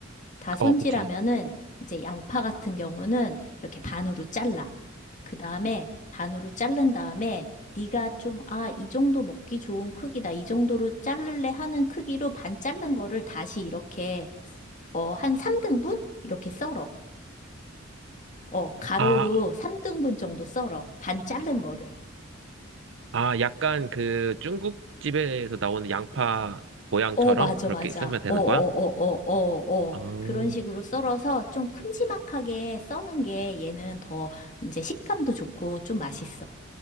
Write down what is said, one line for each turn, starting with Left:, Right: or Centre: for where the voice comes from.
Left: 다 손질하면은
Right: 어, 그치.
Left: 이제 양파 같은 경우는 이렇게 반으로 잘라. 그 다음에 반으로 자른 다음에 네가 좀, 아, 이 정도 먹기 좋은 크기다. 이 정도로 자를래 하는 크기로 반 자른 거를 다시 이렇게 어, 한 3등분? 이렇게 썰어. 어, 가로로
Right: 아,
Left: 3등분 정도 썰어. 반 자른 거를.
Right: 아, 약간 그 중국집에서 나오는 양파 모양처럼
Left: 어, 맞아,
Right: 그렇게
Left: 맞아.
Right: 썰면 되는
Left: 어, 어, 어,
Right: 거야?
Left: 어, 어, 어.
Right: 아,
Left: 어.
Right: 음.
Left: 그런 식으로 썰어서 좀 큼지막하게 써는 게 얘는 더 이제 식감도 좋고 좀 맛있어.